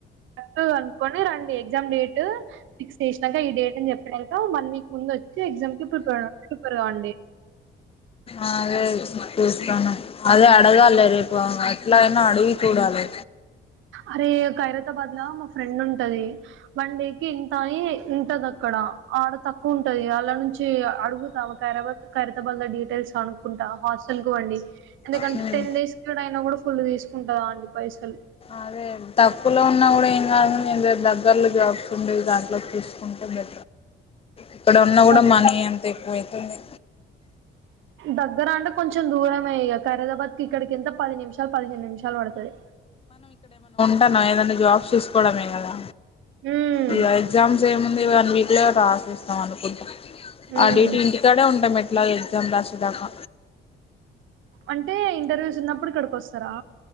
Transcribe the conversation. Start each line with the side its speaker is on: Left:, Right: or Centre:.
Right: చక్కగా అనుకొని రండీ. ఎగ్జామ్ డేట్ ఫిక్స్ చేసినాక ఈ డేట్. చెప్పినంక వన్ వీక్ ముందు వచ్చి ఎగ్జామ్ కి ప్రిపర్ ప్రిపర్ కాండి.
Left: అదే ఇప్పుడు చేస్తానా అదే అడగాలే రేపు ఏట్లానా అడవి చూడాలి,
Right: అరే ఖైరతాబాద్ లా మా ఫ్రెండ్ ఉంటది. వన్ డే కి ఇంతా అన్ని ఉంటది అక్కడ ఆడ తక్ తక్కువ ఉంటది అలా నుంచి అడుగుతా ఆమె కార్ ఖైరతాబాద్ డీటెయిల్స్, అనుకుంటా హాస్టల్ కి పోండి ఎందుకంటే
Left: హ్మ్
Right: టెన్ డేస్ కి అయి కూడా, ఫుల్ తీసుకుంటది, ఆంటి పైసలు
Left: అదే తక్కువలో ఉన్నా కూడా ఏం కాదు నే దగ్గర్లో జాబ్స్ ఉండేది దాంట్లోకి చూసుకుంటే, ఇక్కడ ఉన్నా కూడా
Right: దగ్
Left: మనీ ఎంత ఎక్కువైతుంది.
Right: దగ్గర అంటే కొంచెం దూరమే ఇక ఖైరతాబాద్ కి ఇక్కడికి ఎంత పది నిమిషం పదిహేను నిమిషాలు పడుతది.
Left: అట్టన ఏదన్నా జాబ్స్ చూసుకోవడమే కదా
Right: ఉమ్
Left: ఇగా ఎగ్జామ్స్ ఎం ఉన్నాయి. వన్ వీక్ లో రాసేస్తాం అనుకుంటా ఆ
Right: ఉమ్
Left: డ్యూటీ ఇంటికాడే ఉంటా కదా ఎలాగ్ ఎగ్జామ్ రాసే దాకా
Right: అంటే ఇంటర్వ్యూస్ ఉన్నప్పుడు ఇక్కడికి వస్తారా,